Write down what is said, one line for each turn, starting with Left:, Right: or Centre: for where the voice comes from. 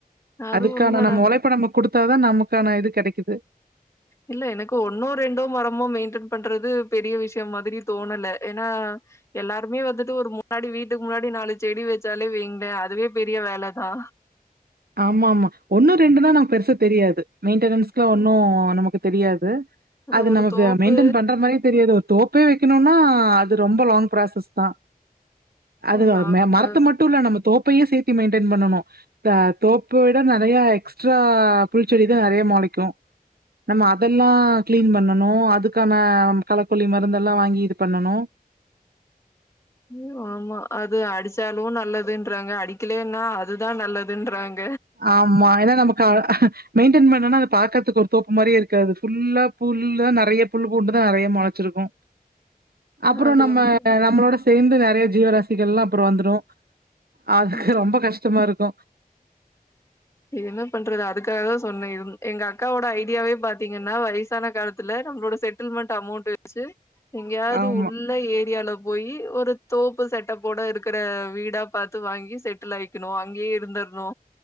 Left: அது
Right: அதுக்கான
Left: உண்மதாங்க.
Right: நம்ம உழைப்ப நம்ம குடுத்தாதா நமக் க்கான இது கெடைக் கிது
Left: இல்ல எனக்கு ஒன்னோ ரெண்டோ மரமோ மெயின்டென் பண்றது பெரிய விஷயம் மாதிரி தோணல ஏன்னா எல்லாருமே வந்துட்டு ஒரு முன்னாடி வீட்டுக்கு முன்னாடி நாலு செடி வெச்சாலே வைங்ளே அதுவே பெரிய வேலதா
Right: ஆமாமா ஒண்ணோ ரெண்டுன்னா நம் பெருசா தெரியாது மெயின்டெனன்ஸ்க்லா ஒன்னு
Left: அ
Right: நமக்கு தெரியாது
Left: அதான்
Right: அது
Left: ஒரு
Right: நமக்கு
Left: தோப்பு
Right: மெயின்டைன் பண்ற மாரியே தெரியாது ஒரு தோப்பே வெக்கெணுமன்னா அது ரொம்ப லாங் ப்ராசஸ்தா அது ஆ
Left: லாங்
Right: ம
Left: கிராஸ்
Right: மரத்த மட்டுல்ல நம்ம தோப்பையு சேத் டி மெயின்டென் பண்ணனு த தோப்ப விட நறைய எக்ஸ்ட்ரா புல் செடிதா நறைய மொளைக்கு நம்ம அதெல்லா க்ளீன் பண்ணணு அதுக்கான களக்கொல்லி மருந்தெல்லா வாங்கி இது பண்ணணு
Left: ம் ஆமா அது அடிச்சாலு நல்லதுன்றாங்க அடிக்கெலேன்னா அதுதா நல்லதுன்றாங்
Right: ஆமா ஏன்னா நமக்கு ஆ மெயின்டென் பண்ணனா பாக்கற்த்துக்கு ஒரு தோப்பு மாரியே இருக்காது ஃபுல்லா புல்லா நறைய புல் பூண்டுதா நறைய மொளச்சிருக்கு அப்பறொ
Left: அது
Right: நம்ம
Left: உண்மதா.
Right: நம்மளோட ஸ் சேந்து நறைய ஜீவராசிகள்லா அப்பறொ வந்த்ரு அத்க்கு
Left: ம்
Right: ரொம்ப கஷ்டமா இருக்கு
Left: என்ன பண்றது அதுக்காகதா சொன்ன இருந் எங்க அக்காவோட ஐடியாவே பாத்தீங்கன் நா வயசான காலத் துல நமளோட செட்டில்மண்ட் அமௌண்ட் சு எங்கேயாவது
Right: ஆமா.
Left: உள்ள ஏரியால போய் ஒரு தோப்பு செட்டப்போட இருக்கற வீடா பாத்து த்து வாங்கி செட்டில் ஆயிக்கணு அங்கேயே இருந்தர்ணு